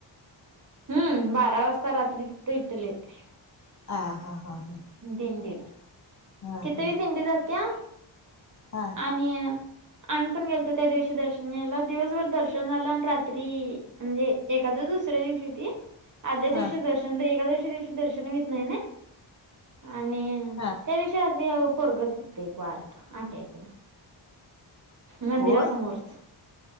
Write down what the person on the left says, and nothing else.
अ हा हा हा हा.
हा
हा
हा
हा
होय